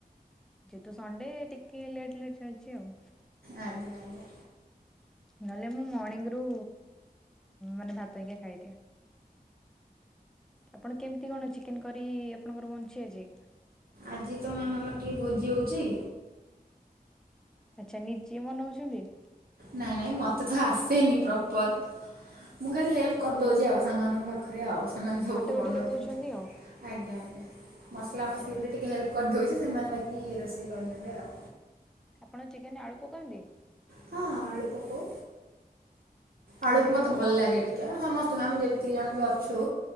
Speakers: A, in the centre; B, on the right.
A: ଯେହେତୁ ସଣ୍ଡେ ଟିକେ ଲେଟ୍ ଲେଟ୍ ଚାଲିଚି ଆଉ।
B: ଆଜ୍ଞା ଆଜ୍ଞା।
A: ନହେଲେ ମୁଁ, ମର୍ଣିଙ୍ଗରୁ ମାନେ ଭାତ ହେଇକି ଖାଇଦିଏ। ଆପଣ କେମତି କଣ, ଚିକେନ୍ କରି ଆପଣଙ୍କର ବଞ୍ଚିଚେଞ୍ଜ
B: ଆଜିତ ମ୍ୟାମ ଆମର ଟିକେ ଭୋଜି ହଉଚି
A: ଆଚ୍ଛା ନିଜେ ବନୋଉଚନ୍ତି?
B: ନାଇଁ ନାଇଁ ମୋତେତ ଆସେନି, ପ୍ରପର୍ ମୁଁଖାଲି ହେଲ୍ପ କରିଦେଉଚି ଆଉ ସାଙ୍ଗମାନଙ୍କ ପାଖରେ। ପାଖରେ ଆଉ ସେମାନେ ସବୁ
A: କଟାକଟି
B: ବନାଉଚନ୍ତି
A: କରିଦଉଛନ୍ତି ଆଉ
B: ଆଜ୍ଞା ଆଜ୍ଞା ମସଲା
A: ଆଚ୍ଛା
B: ମସଲିରେ ଟିକେ ହେଲ୍ପ କରିଦେଉଛି ସେମାନେ ବାକି ରୋଷେଇ କରିନେଲେ ଆଉ।
A: ଆପଣ ଚିକେନରେ ଆଳୁ ପକାନ୍ତି?
B: ହଁ ଆଳୁ ପକଉ ଆଳୁକୁ
A: ମୁଁ ଯେତେବେଳେ
B: ମତେ
A: ବି
B: ଭଲ
A: ନ
B: ଲାଗେ ଟି ଆଜ୍ ଆ, ସମସ୍ତଙ୍କୁ ଆମେ ଯେତିକି ଜଣବି ଅଛୁ